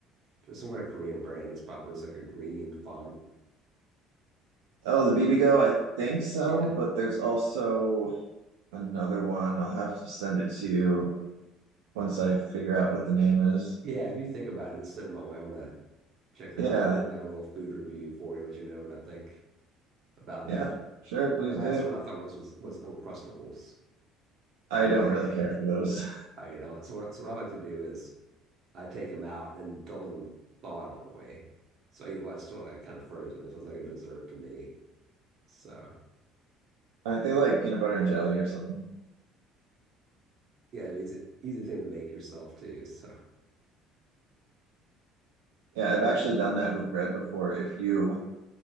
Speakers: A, on the right; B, on the right.
A: there's some kind of Korean brand that's popular. It's like a green font. <sighs>
B: oh, the bibigo, I think so,
A: Yeah.
B: but there's also another one. I'll have to send it to you once I figure out what the name is.
A: Yeah. If you think about it, just send it my way. I want to check that
B: Yeah,
A: out. Do like a little food review for you, let you know what I think about
B: yeah,
A: that.
B: sure, please
A: And the last
B: do.
A: one I thought was was, was Uncrustables.
B: I
A: I don't
B: don't
A: know if you
B: really care for those.
A: Uh, you know, so what, so what I like to do is I take them out and don't let them thaw out all the way. So I eat it while it's still like kind of frozen. It feels like a dessert to me. So
B: <laughs> Aren't
A: I
B: they
A: like,
B: like peanut butter and jelly or something?
A: yeah, I mean, it's an easy thing to make yourself too. So
B: Yeah, I've actually done that with bread before. If you